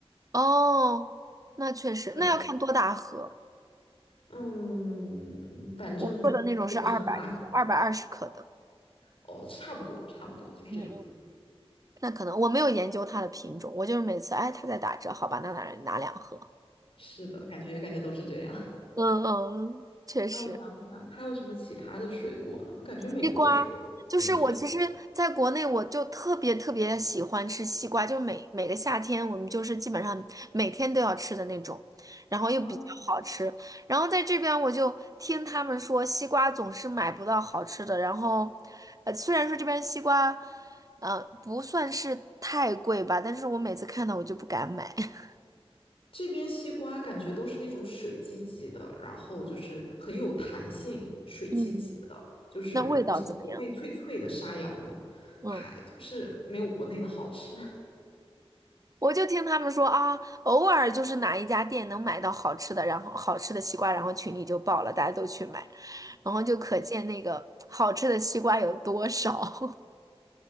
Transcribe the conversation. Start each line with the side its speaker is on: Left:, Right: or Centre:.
Right: 哦，那确实，
Left: 对，
Right: 那要看多大盒。
Left: 嗯，反正也不是很大，
Right: 我喝的那种是二百克、二百二十克的，
Left: 哦，差不多，差不多就是这种的。
Right: 嗯嗯，那可能我没有研究它的品种，我就是每次哎它在打折，好吧，那拿拿两盒。
Left: 是的，感觉感觉都是这样。<laughs>
Right: 嗯嗯，嗯确实。
Left: 让我想想，还有什么其他的水果呢？我感觉美国的水果类挺……
Right: 西瓜，就是我其实在国内我就特别特别喜欢吃西瓜，就是每每个夏天我们就是基本上每天都要吃的那种，然后又比较好吃。
Left: 啊。
Right: 然后在这边我就听他们说西瓜总是买不到好吃的，然后呃虽然说这边西瓜呃不算是太贵吧，但是我每次看到我就不敢买。<laughs>
Left: 这边西瓜感觉都是那种水唧唧的，然后就是很有弹性，水唧唧的，
Right: 嗯。
Left: 就是不像国内脆脆的沙瓤的，
Right: 那味道怎么样？嗯。
Left: 还就是没有国内的好吃。<laughs>
Right: 我就听他们说啊，偶尔就是哪一家店能买到好吃的，然后好吃的西瓜，然后群里就爆了，大家都去买，然后就可见那个好吃的西瓜有多少。<laughs>